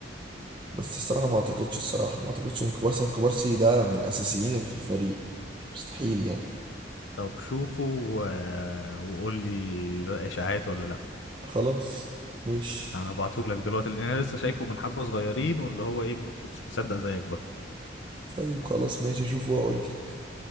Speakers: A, on the right; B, on the left.
A: بس الصراحة ما اعتقدش الصراحة ما اعتقدش ان كوبارسي كوبارسي ده من اساسيين في الفريق مستحيل يعني
B: طب شوفه و- وقول لي ده اشاعات ولا لا
A: خلاص ماشي
B: انا هبعتهولك دلوقتي لان انا لسه شايفه من حبه صغيرين واللي هو ايه ما كنتش مصدق زيك برضه
A: طيب خلاص ماشي اشوف واقول لك